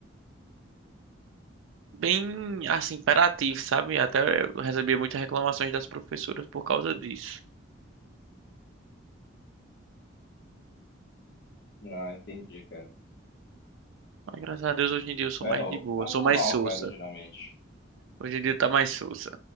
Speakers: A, on the right; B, on the left.
A: bem, assim, imperativo, sabe? Até eu recebia muitas reclamações das professoras por causa disso.
B: Ah, entendi, cara.
A: Mas graças a Deus hoje em dia eu sou
B: É,
A: mais
B: o-
A: de boa,
B: é
A: sou
B: normal,
A: mais sossa.
B: cara, geralmente.
A: Hoje em dia tá mais sossa.